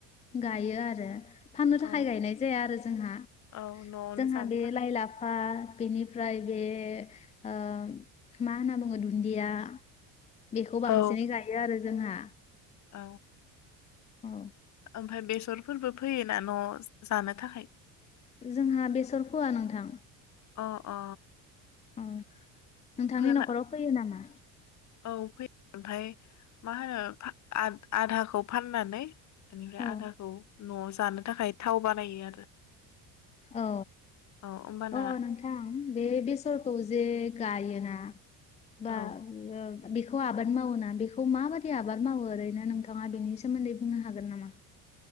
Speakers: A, on the left (about 20°); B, on the left (about 45°).
A: गायो आरो फाननो थाखाय
B: औ
A: गायनाय जाया आरो जोंहा
B: औ न'आवनो
A: जोंहा
B: जानो
A: बे
B: थाखाय
A: लाइ लाफा बेनिफ्राय बे ओ मा होनना बुंङो दुन्दिया बेखौ बांसिनै
B: औ
A: गायो आरो जोंहा
B: औ
A: औ
B: ओमफ्राय बेसर फोरबो फैयोना नआवजानो थाखाय
A: जोंहा बेसर फोआ नोंथां
B: अ अ
A: औ नोंथांनि
B: फोना
A: नखराव फोयो नामा
B: औ फोयो ओमफ्राय मा होनो आधाखौ फानानै बेनिफ्राय
A: औ
B: आधाखौ नआव जायो जानो थाखाय थाव बानायो आरो
A: औ
B: औ होमबाना
A: औ नोंथां बे बेसरखौ जे गायोना बा
B: औ
A: बेखौ आबाद मावोना बेखौ माबादि आबाद मावो ओरैनो नोंथाङा बेनि सोमोन्दै बुंनो हागोन नामा